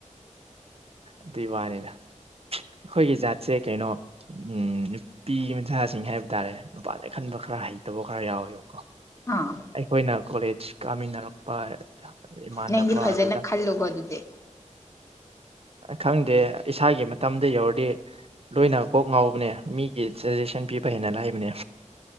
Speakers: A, on the right (about 50°); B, on the left (about 25°).
A: ꯑꯗꯨꯏ ꯋꯥꯅꯤꯅ ꯑꯩꯈꯣꯏꯒꯤ ꯖꯥꯠꯁꯦ ꯀꯩꯅꯣ ꯎꯝ ꯅꯨꯄꯤ ꯃꯆꯥꯁꯤꯡ ꯍꯥꯏꯕ ꯇꯥꯔꯦ ꯅꯨꯄꯥꯁꯦ ꯑ ꯈꯟꯕ ꯈꯔ ꯍꯩꯇꯕ ꯈꯔ ꯌꯥꯎꯋꯦꯕꯀꯣ
B: ꯍꯥꯥ
A: ꯑꯩꯈꯣꯏꯅ ꯀꯣꯂꯦꯖ ꯀꯥꯃꯤꯟꯅꯔꯛꯄ ꯏꯃꯥꯟꯅꯕ
B: ꯅꯪꯗꯤ ꯐꯖꯅ
A: ꯑꯗꯨꯗ
B: ꯈꯜꯂꯨꯀꯣ ꯑꯗꯨꯗꯤ
A: ꯈꯪꯗꯦ ꯏꯁꯥꯒꯤ ꯃꯇꯝꯗ ꯌꯧꯔꯗꯤ ꯂꯣꯏꯅ ꯀꯣꯛ ꯉꯥꯎꯕꯅꯦ ꯃꯤꯒꯤ ꯁꯖꯦꯁꯟ ꯄꯤꯕ ꯍ‌ꯦꯟꯅ ꯂꯥꯏꯕꯅꯦ